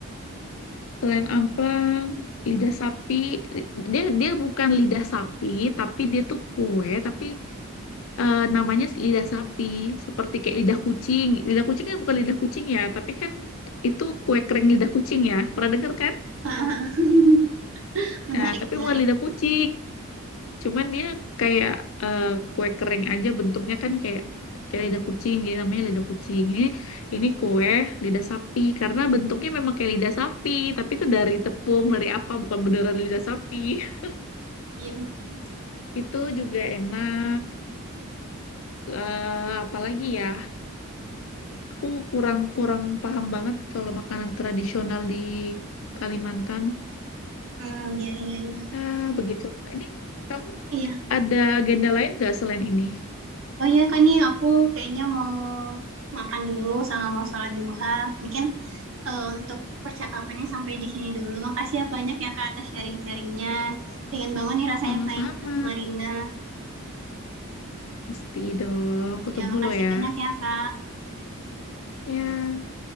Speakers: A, on the left; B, on the right.
A: Selain amplang, lidah sapi, li- dia dia bukan lidah sapi, tapi dia tuh kue, tapi eh, namanya lidah sapi, seperti kayak lidah kucing. Lidah kucing kan bukan lidah kucing ya, tapi kan itu kue kering lidah kucing ya. Pernah dengar kan?
B: <laughs> Menarik,
A: Eh, tapi
B: menarik.
A: bukan lidah kucing, cuman dia kayak eh, kue kering aja bentuknya kan kayak kayak lidah kucing, jadi namanya lidah kucing. Ini ini kue lidah sapi karena bentuknya memang kayak lidah sapi, tapi itu dari tepung, dari apa, bukan beneran lidah sapi. <laughs>
B: Iya, betul.
A: Itu juga enak. Eh, apalagi ya, aku kurang kurang paham banget kalau makanan tradisional di Kalimantan.
B: hmm, iya, iya, iya.
A: Ah, begitulah. Ini kamu
B: Iya.
A: ada agenda lain nggak selain ini?
B: Oh iya, kan nih aku kayaknya mau makan dulu sama mau sholat duha. Mungkin eh, untuk percakapannya sampai di sini dulu. Makasih ya banyak ya Kak atas sharing-sharingnya. Pengen banget nih rasanya
A: Sama-sama.
B: pengen sama Rinda.
A: Pasti dong, aku tunggu
B: Ya, makasih
A: lo ya.
B: banyak ya Kak.
A: Ya,